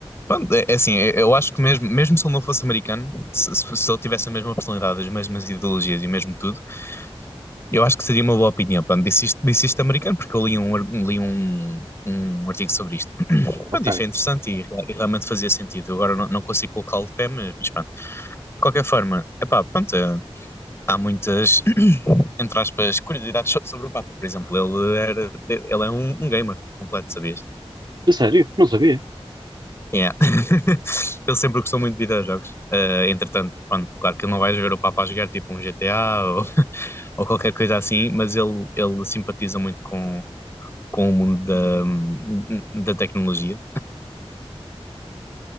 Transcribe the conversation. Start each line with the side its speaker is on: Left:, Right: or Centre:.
Left: pronto, é, é assim, eu, eu acho que mesmo, mesmo se ele não fosse americano, se, se, se ele tivesse a mesma personalidade, as mesmas ideologias e o mesmo tudo, eu acho que seria uma boa opinião. Pronto, disse isto, disse isto americano porque eu li um, ar- li um, um artigo sobre isto.
Right: Ok.
Left: Pronto, e achei interessante e, e realmente fazia sentido. Eu Agora não, não consigo colocá-lo de pé, mas, mas pronto. De qualquer forma, epá, pronto, eh, há muitas, <clears throat> entre aspas, curiosidades so- sobre o Papa. Por exemplo, ele, era, ele é um, um gamer completo, sabias?
Right: É sério? Não sabia.
Left: Yeah. <laughs> ele sempre gostou muito de videojogos. Eh, entretanto, pronto, claro que ele não vais ver o Papa a jogar tipo um GTA ou, <laughs> ou qualquer coisa assim, mas ele, ele simpatiza muito com, com o mundo da, da tecnologia.